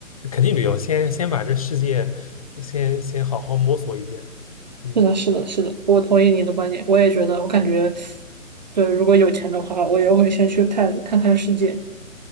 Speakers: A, on the left; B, on the right.
A: 肯定旅游先先把这世界先先好好摸索一遍。嗯
B: 是的，是的，是的，我同意你的观点。我也觉得，我感觉，对，如果有钱的话，我也会先去看看看世界，